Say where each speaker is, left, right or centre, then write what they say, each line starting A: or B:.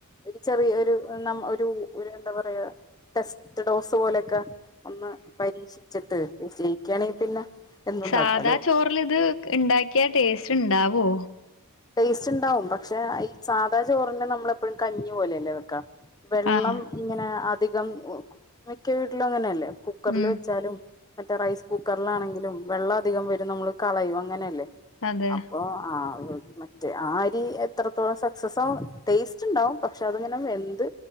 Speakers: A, on the left; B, on the left.
A: ഒരു ചെറിയ ഒരു നമ് ഒരു ഒരു എന്താ പറയാ ടെസ്റ്റ് ഡോസ് പോലെക്ക ഒന്ന് പരീക്ഷിച്ചിട്ട് വിജയിക്കയാണെങ്കിൽ പിന്നെ എന്നുണ്ടാക്കാലോ
B: സാധാ ചോറിൽ ഇത് ഇണ്ടാക്കിയ ടേസ്റ്റ് ഉണ്ടാവോ?
A: ടേസ്റ്റ് ഉണ്ടാവും. പക്ഷെ ഈ സാധാ ചോറിനെ നമ്മള് ഇപ്പോഴും കഞ്ഞി പോലെയല്ലേ വെക്കാ. വെള്ളം
B: ആഹ്
A: ഇങ്ങനെ അധികം മിക്ക വീട്ടിലും അങ്ങനെയല്ലേ കുക്കറിൽ
B: ഉം
A: വെച്ചാലും മറ്റേ റൈസ് കുക്കറിലാണെങ്കിലും വെള്ളം അധികം വരും നമ്മള് കളയും. അങ്ങനെയല്ലേ?
B: അതെ
A: അപ്പൊ ആ മറ്റേ ആ അരി എത്രത്തോളം സക്സസ് ആകും ടേസ്റ്റ് ഉണ്ടാവും പക്ഷെ അതിങ്ങനെ വെന്ത്